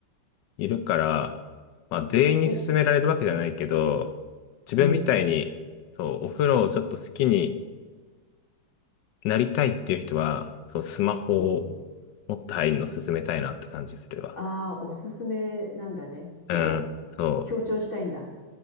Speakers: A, on the left; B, on the left.
A: いるから、まあ、全員に勧められるわけじゃないけど、
B: え、
A: 自分みたいに、
B: うん。
A: そう、お風呂をちょっと好きになりたいっていう人は、そう、スマホを
B: うん。
A: 持って入るの勧めたいなって感じするわ。
B: ああ、おすすめなんだね。そこ。
A: うん、そう。
B: 強調したいんだ。